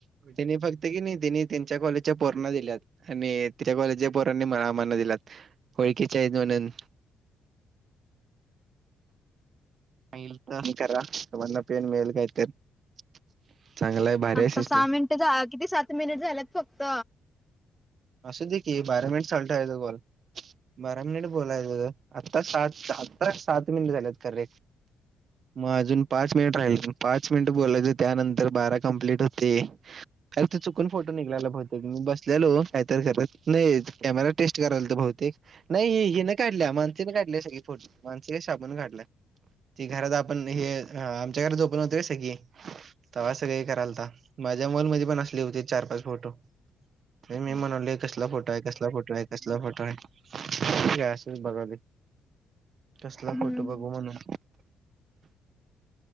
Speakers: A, on the right; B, in the centre.
A: तनी फक्त कि नाइ तनी त्यांच्या कॉलेजच्या पोरांना दिल्यात. आनी त्या कॉलेजच्या पोरांनी आमाना दिल्यात. वळखीचे हाईत मनून <unintelligible> चांगला आहे भारी आहे
B: आता
A: सिस्टीम
B: सहा मिनिटं झा किती सात मिनिट झाल्यात फक्त.
A: आसूदेकी बारा मिनीट चालू टेवायचं कॉल. बारा मिनिट बोलायचं ग, आत्ता सात आता सात मिनिट झाल्यात करेक्ट. म अजून पाच मीनीट राहिलं, पाच मिनिट बोलायचं त्यानंतर बारा कम्प्लीट हूते आरे तो चुकून फोटो निगलेला बहुतेक, मी बसलेलो काइतरि करत, नाही कॅमेरा टेस्ट करालतो बहुतेक नइ हे हिन काढल्या माणसी न काढल्या सगळे फोटो, माणसी का शाबून काढल्या. ती घरात आपण हे, अं आमच्या घरात झओपन होतं वय सगळी. तवा सगळे करालता, माझ्या मन मध्ये पण असली होती चार पाच फोटो, मी कसला फोटो आहे, कसला फोटो आहे, कसला फोटो आहे, काय असल बघालोय. कसला
B: हम्म
A: फोटो बघू म्हणून.